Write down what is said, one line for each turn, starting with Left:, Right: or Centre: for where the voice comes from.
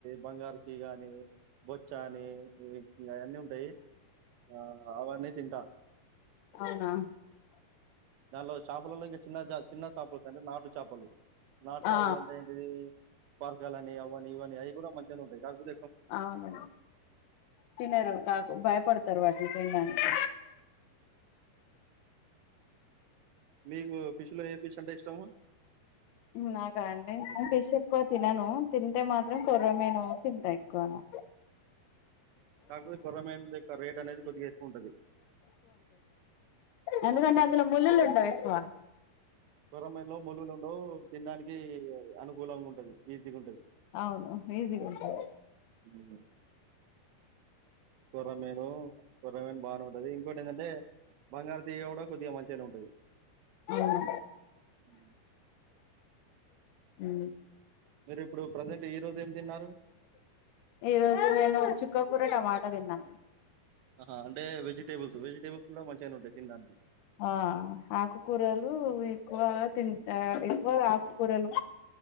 Right: బంగారు ఇగానే బొచ్చాని ఇగ ఆయన్నీ ఉంటాయి ఆ అవన్నీ తింటా
Left: అవునా
Right: దాన్లో చాపులల్లో చిన్న చ చిన్న చేపల కంటే నాటు చేపలు నాట్ చాపలు
Left: ఆ
Right: అంటే ఏంటిది బర్గల అని అవనీ ఇవని అవి కూడా మంచిగానే ఉంటాయి నాకూడ
Left: అవున తినరు కాక్ భయపడతారు వాటి తినడానికి
Right: మీకు ఫిష్ లో ఏ ఫిష్ అంటే ఇష్టము
Left: నాకా అండి నేను ఫిష్ ఎక్కువ తినను తింటే మాత్రం కొర్ర మీను తింటా ఎక్కువగా
Right: కాకపోతే కొర్రమీను రేట్ అనేది కొద్దిగా ఎక్కువ ఉంటది
Left: ఎందుకంట అందులో ముల్లులుండవ్ ఎక్కవగా
Right: కొర్రమీనులో ముల్లులు ఉండవు తినడానికి అనుకూలంగా ఉంటది ఈజీగా ఉంటది
Left: అవును ఈజిగా ఉంటది
Right: ఉమ్. కొర్రమీను కొర్రమీను బాగానే ఉంటది ఇంకోటి ఏంటంటే బంగారు తీయ కూడా కొద్దిగా మంచిగానే ఉంటుంది
Left: అవును
Right: ఉ
Left: ఊ
Right: మీరు ఇప్పుడు ప్రజెంట్ ఈ రోజు ఏం తిన్నారు
Left: ఈరోజు నేను చుక్క కూర టమాటా ముద్ద తిన్నా
Right: ఆ అంటే వెజిటబుల్స్ వెజటేబుల్స్ కూడా మంచిగనే ఉంటాయి తినడానికి
Left: ఆ ఆకుకూరలు ఎక్కువగా తింటా ఎక్కువగా ఆకుకూరలు